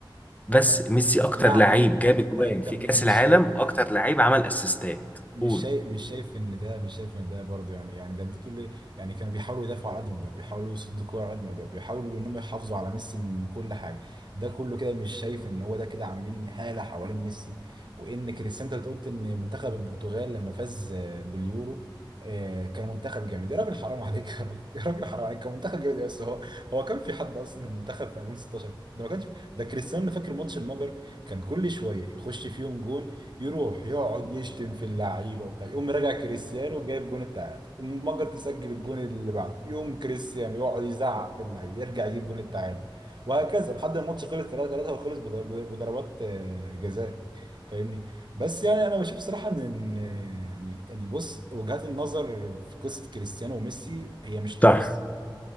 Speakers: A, on the left; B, on the right.
A: بس
B: يعني
A: ميسي اكتر
B: بالله عليك
A: لعيب
B: انت
A: جاب
B: انت
A: اجوان
B: انت
A: في
B: م-
A: كاس
B: مش
A: العالم
B: شايف
A: واكتر لعيب عمل اسيستات
B: مش
A: قول
B: شايف مش شايف ان ده مش شايف ان ده برضه يعني يعني ده انت تقول ايه يعني كانوا بيحاولوا يدافعوا على قد ما يقدروا بيحاولوا يصدوا الكوره على قد ما يقدروا بيحاولوا ان هم يحافظوا على ميسي من كل حاجه ده كله كده مش شايف ان هو ده كده عاملين هاله حوالين ميسي وان كريستيانو انت قلت ان منتخب البرتغال لما فاز آه، باليورو آه، كان منتخب جامد يا راجل حرام عليك يا راجل يا راجل حرام عليك كان منتخب جامد بس هو هو كان في حد اصلا المنتخب في 2016 ده ما كانش ده كريستيانو فاكر ماتش المجر كان كل شويه يخش فيهم جون يروح يقعد يشتم في اللعيبه وبتاع يقوم راجع كريستيانو جايب جون التعادل المجر تسجل الجون اللي بعده يقوم كريستيانو يقعد يزعق في اللعيبه يرجع يجيب جون التعادل وهكذا لحد ما الماتش خلص 3 3 وخلص بض- بضربات آه، جزاء فاهمني بس يعني انا بشوف صراحه ان إن، آه، يعني يعني بص وجهات النظر في قصه كريستيانو وميسي هي مش تخلص
A: صح